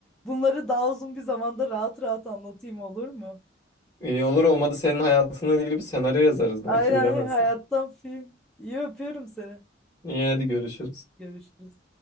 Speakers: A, in the centre; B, on the left.
A: Bunları daha uzun bir zamanda rahat rahat anlatayım olur mu?
B: İyi olur olmadı senin hayatınla ilgili bir senaryo yazarız belki
A: Aynen
B: bilemezsin.
A: hayattan film. İyi öpüyorum seni.
B: İyi hadi görüşürüz.
A: Görüşürüz.